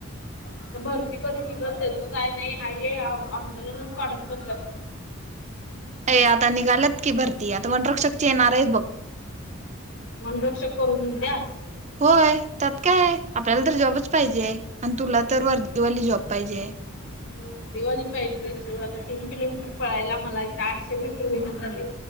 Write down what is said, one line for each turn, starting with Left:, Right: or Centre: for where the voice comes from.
Left: आता भरती कधी निघल त्याच काय नाही हाय ये आंदोलनच काढत बसल्यात.
Right: ए आता निघाल्यात की भरती आता वनरक्षकचे येणार आहेत बघ.
Left: वनरक्षक करू म्हणत्यास?
Right: होय त्यात काय आपल्याला तर जॉबच पाहिजेय आणि तुला तर वर्दीवाली जॉब पाहिजे.
Left: <inaudible> वर्दीवाली पाहिजे सोड आता तर तीन किलोमीटर पळायला मला इथं आठशे मीटर होईना झालय.